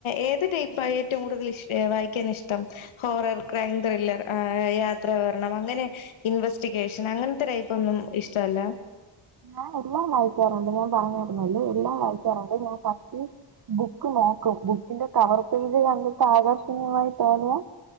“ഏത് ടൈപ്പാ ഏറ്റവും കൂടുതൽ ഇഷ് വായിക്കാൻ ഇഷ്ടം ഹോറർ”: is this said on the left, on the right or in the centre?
Left